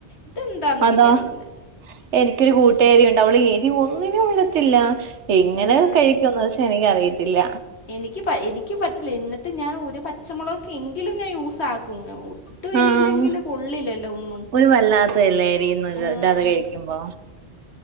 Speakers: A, on the left; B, on the right.
A: ഇതെന്താന്ന്
B: അതാ
A: എനിക്കറിയില്ല
B: എനിക്കൊരു കൂട്ടാരിണ്ട് അവള് എ ഈ ഒന്നിനും വിടത്തില്ല എങ്ങനെ
A: ഏഹ്
B: കഴിക്കുന്നച്ചാ എനിക്ക് അറിയത്തില്ല
A: എനിക്ക് പ എനിക്കും പറ്റില്ല എന്നിട്ട് ഞാൻ ഒരു പച്ചമുളകൊക്കെ എങ്കിലും ഞാൻ യൂസാക്കും ഒട്ടും എരിവില്ലെങ്കില്
B: ആഹ്
A: കൊള്ളില്ലല്ലോ ഒന്നും
B: ഒരു വല്ലാ ത്തെ ഇല്ലെ എരിയൊന്നും
A: ആഹ്
B: ഇടാതെ കഴിക്കുമ്പോ